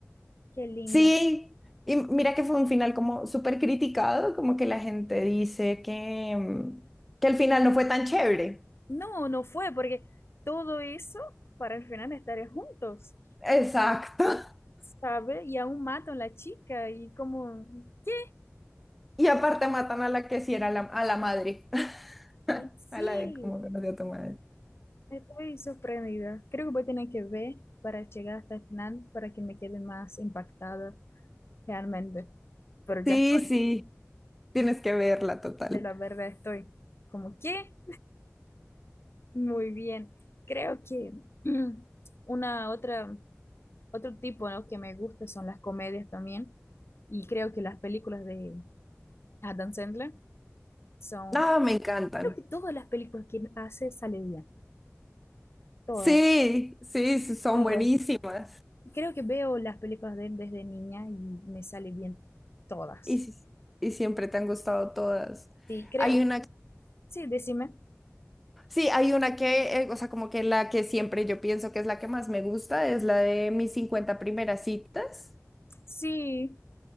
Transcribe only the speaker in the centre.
sí. Y mira que fue un final como súper criticado, como que la gente dice que, mm, que el final no fue tan chévere.
Exacto. <laughs>
Y aparte matan a la que sí era la, a la madre, <laughs>
a la de cómo conocí a tu madre.
Sí,
sí, tienes que verla total.
Ah, me encantan.
Sí, sí, sí, son
buenísimas.
Y, sí- y siempre te han gustado todas.
Hay una
Sí, hay una que, eh, o sea, como que la que siempre yo pienso que es la que más me gusta, es la de mis cincuenta primeras citas.